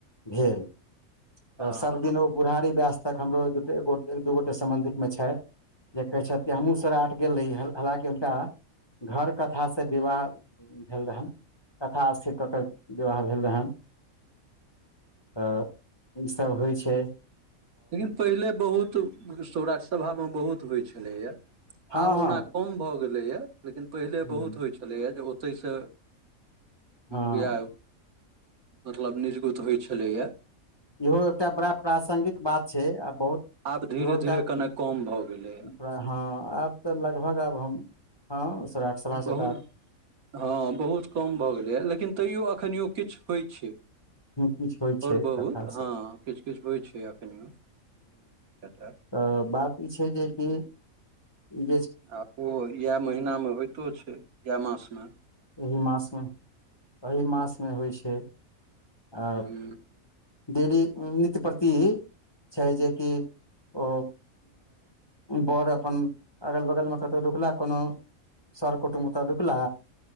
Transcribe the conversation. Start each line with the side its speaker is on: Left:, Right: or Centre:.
Left: भेल तऽ
Right: ह
Left: सभदिन ओ बुढ़ारी व्यास तक हमरो एक दू गोटे सम्बन्धित में छैथ जे कहे छथि हमहू सरा गेल रही हालकि हुनका घर कथा से विवाह भेल रहन कथा स्थिर क क विवाह भेल रहेन त इ सब होय छैन
Right: लेकिन पहिले बहुत सौराठ सभामे बहुत होइत छलैए
Left: हँ
Right: आब
Left: हँ
Right: ओना कम भऽ गेलैए लेकिन पहिले
Left: हूँ
Right: बहुत होइ छलैए जे ओतइ सँ
Left: हँ
Right: बिआाह मतलब निजगुत होइ छलैएा
Left: इहो एकटा बड़ा प्रासंगिक बात छै आ बहुत
Right: आब धीरे
Left: इहो एकटा
Right: धीरे कने कम भऽ गेले
Left: हँ आब तऽ लगभग आब हम हँ सौराठ सभा
Right: बहुत
Left: से तऽ आब
Right: हँ बहुत कम भऽ गेलैया लेकिन तैयो एखनिओ किछु होइ छै
Left: किछु होइ
Right: आओर
Left: छै
Right: बहुत
Left: कथा सब
Right: हँ किछु किछु होइत छै एखनियो कैटा
Left: त बात ई छै जे कि ई
Right: आ ओ इएह महीनामे होइतो छै इएह मासमे
Left: एहि मासमे एहि मासमे होइ छै आ
Right: हँ
Left: डेली नित्य प्रति छै जे कि ओ बड़ अपन अगल बगलमे कतहु रुकला कोनो सर कुटुम्ब ओतऽ रुकला